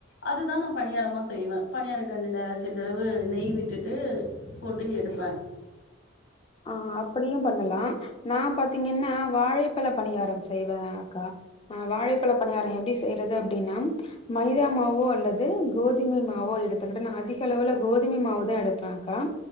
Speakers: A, on the left (about 75°); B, on the left (about 25°).
A: அதுதான் நான் பணியாரமா செய்வன் பனியார கல்லுல சிறிதளவு நெய் விட்டுட்டு போட்டு எடுப்பன்
B: ஆஹ் அப்டியும் பண்ணலாம் நான் பாத்தீங்கன்னா வாழைப்பழ பணியாரம் செய்வன் அக்கா ஆஹ் வாழைப்பழ பணியாரம் எப்டி செய்றது அப்டின்னா மைதா மாவோ அல்லது கோதுமை மாவோ எடுத்துக்கிட்டு நான் அதிக அளவுல கோதுமை மாவுதான் எடுப்பன் அக்கா